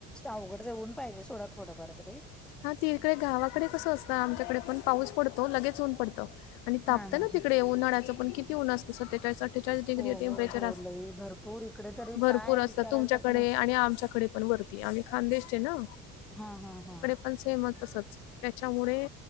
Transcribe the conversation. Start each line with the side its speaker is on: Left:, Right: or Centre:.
Centre: अवघड <unintelligible> पाहिजे सोडा थोडंफार तर रे
Left: हा, ते इकडे गावाकडे कसं असतं. आमच्याकडे पण, पाऊस पडतो. लगेच ऊन पडतं. आणि तापतं
Centre: हा हा
Left: ना तिकडे. उन्हाळचं पन किती ऊन असतं. सतेचाळीस- अठ्ठेचाळीस डिग्री
Centre: हो
Left: टेम्पेचर
Centre: हो हो लई, भरपूर इकडे तरी
Left: भरपूर
Centre: काय
Left: असत.
Centre: विचारायला
Left: तुमच्याकडे
Centre: सारखं नाही
Left: आणि आमच्याकडे पण, वरती. आम्ही खानदेशचे ना.
Centre: हा, हा, हा.
Left: अन सेमच तसंच. त्याच्यामुळे